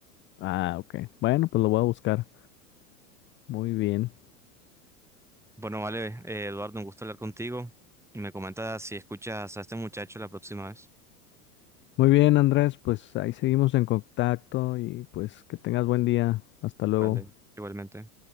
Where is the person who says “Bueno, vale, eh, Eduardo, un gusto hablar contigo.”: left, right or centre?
Centre